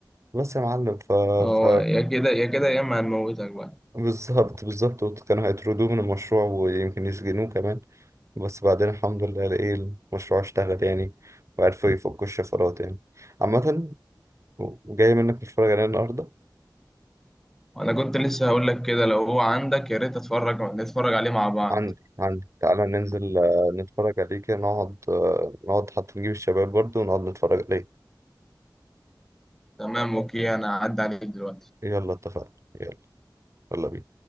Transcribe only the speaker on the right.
بس يا معلم ف...
ف...
بالظبط بالظبط كانوا هيطردوه من المشروع ويمكن يسجنوه كمان بس بعدين الحمد لله ايه المشروع اشتغل يعني وعرفوا يفكوا الشفرات يعني عامة جاي منك نتفرج عليه النهاردة
عندي عندي تعالى ننزل آه، نتفرج عليه كده نقعد آه، نقعد حتى نجيب الشباب برضه ونقعد نتفرج عليه
يلا اتفقنا يلا يلا بينا